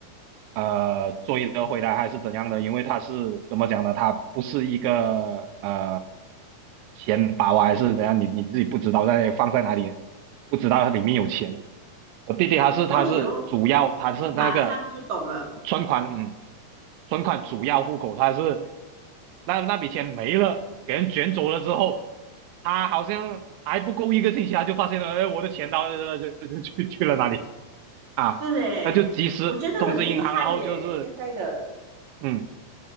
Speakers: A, on the right (about 85°); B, on the right (about 45°).
A: 呃追得回来还是怎样的，因为他是怎么讲呢？他不是一个呃钱包啊，还是怎样？你你自己不知道在放在哪里，不知道它里面有钱的。我弟弟他是他是主要他是那个
B: 所以咯，马上就懂了。
A: 存款，嗯，存款主要户口，他是那那笔钱没了，给人卷走了之后，他好像还不够一个星期，他就发现了，哎，我的钱到呃就就就去去了哪里啊？
B: 是诶，
A: 他就及时通知银行，
B: 我觉得很厉害耶，
A: 然后就是
B: 现在的
A: 嗯。